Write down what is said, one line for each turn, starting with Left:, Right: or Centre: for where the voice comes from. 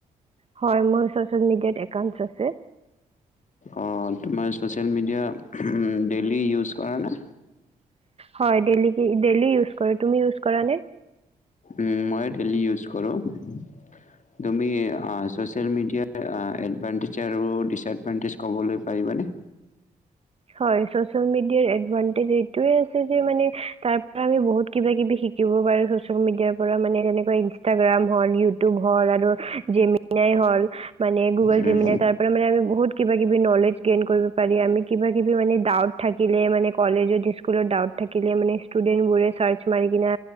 Right: হয় মই ছচিয়েল মিডিয়াত একাউণ্টছ আছে।
Left: অ তোমাৰ ছ'চিয়েল মিডিয়া ডেইলি ইউজ কৰা নে?
Right: হয় ডেইলীকে ডেইলী ইউজ কৰো আৰু তুমি ইউজ কৰা নে?
Left: ওম মই ডেইলী ইউজ কৰোঁ ৷তুমি আ ছ'চিয়েল মিডিয়াৰ এডভানটেজ আৰু ডিচএডভানটেজ ক'বলৈ পাৰিবানে?
Right: হয় ছচি চিয়েল মিডিয়াৰ এডভানটেজ এইটোৱে যে মানে তাৰ পৰা আমি বহুত কিবা কিবি শিকিব পাৰো ছচিয়েল মিডিয়া পৰা মানে তেনেকৈ ইনষ্টাগ্ৰাম হল ইউটিউব হল আৰু জেমিনাই হল মানে গুগল
Left: উম
Right: জেমিনাই তাৰ পৰা আমি বহুত কিবা কিবি নলেজ গেইন কৰিব পাৰি। আমি কিবা সেইবোৰ মানে ডাউট থাকিলে মানে কলেজত স্কুলত ডাউট থাকিলে মানে ষ্টুডেণ্ট বোৰে ছাৰ্চ মাৰি কিনে